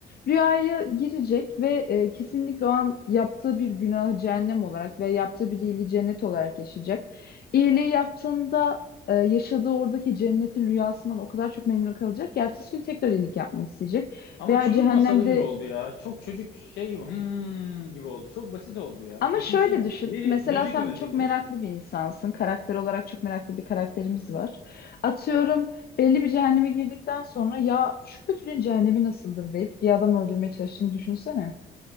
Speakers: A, on the left; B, on the left.
A: Rüyaya girecek ve e, kesinlikle o an yaptığı bir günahı cehennem olarak ve yaptığı bir iyiliği cennet olarak yaşayacak. İyiliği yaptığında e, yaşadığı oradaki cennetin rüyasından o kadar çok memnun kalacak ki ertesi gün tekrar iyilik yapmak isteyecek.
B: Ama
A: Veya
B: çocuk
A: cehennemde
B: masalı gibi oldu ya. Çok çocuk şey gibi hmm gibi oldu. Çok basit oldu ya.
A: Ama
B: Düşünsene.
A: şöyle düşün.
B: Biri
A: Mesela
B: böcek
A: sen
B: öldürdü.
A: çok meraklı bir insansın. Karakter olarak çok meraklı bir karakterimiz var. Atıyorum belli bir cehenneme girdikten sonra ya şu kötülüğün cehennemi nasıldır deyip bir adam öldürmeye çalıştığını düşünsene.